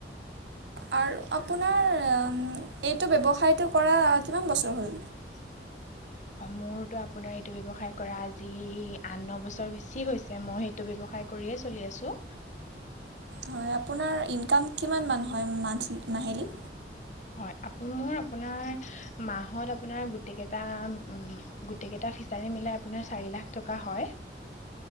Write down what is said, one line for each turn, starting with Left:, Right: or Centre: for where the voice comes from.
Right: আৰু আপোনাৰ এইটো ব্যৱসায়টো কৰা কিমান বছৰ হ'ল
Left: <unintelligible> হয় মোৰতো আপোনাৰ এইটো ব্যৱসায় কৰা আজি আঠ ন বছৰ বেছি হৈছে মই সেইটো। ব্যৱসায় কৰিয়ে চলি আছো।
Right: হয় আপোনাৰ ইনকাম কিমান মান হয় মান্থল মাহিলী
Left: হয় আকৌ মোৰ আপোনাৰ মাহত আপোনাৰ গোটেই কেইটা উম গোটেই কেইটা তাৰে মিলাই আপোনাৰ চাৰি লাখ টকা হয়